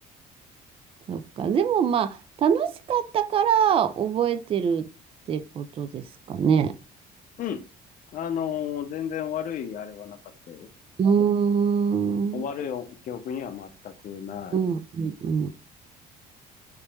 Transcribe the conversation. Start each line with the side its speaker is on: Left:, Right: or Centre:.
Right: そっか。でもまあ、楽しかったから覚えてるってことですかね。
Left: うん。あのー全然悪いあれはなかったよ。
Right: うーん。
Left: 悪い記憶には全くない。
Right: うん、うん、うん。